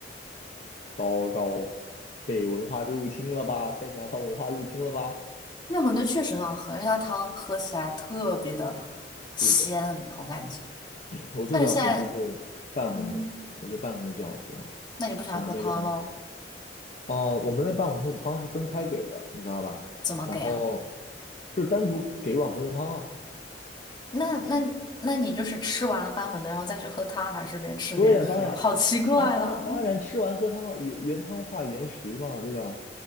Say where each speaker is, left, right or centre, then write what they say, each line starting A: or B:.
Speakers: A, on the left; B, on the left.
A: 糟糕，被文化入侵了吧？被南方文化入侵了吧？
B: <laughs> 那馄饨确实很好喝，而且它汤喝起来特别的
A: 是的，
B: 鲜，我感觉。
A: 我最喜欢馄饨就是拌馄饨，
B: 但是现在，嗯，
A: 我觉得拌馄饨最好吃了。
B: 那你不喜欢喝汤喽？
A: 我们那边，哦、我们那拌馄饨汤是分开给的，你知道吧？
B: 怎么给啊？
A: 然后就是单独给一碗馄饨汤啊。
B: 那那那你就是吃完了拌馄饨，然后再去喝汤，还是边吃边喝？
A: 对呀、当然，
B: 好奇怪啊！
A: 啊，当然，当然吃完喝汤了，原原汤化原食嘛，对吧？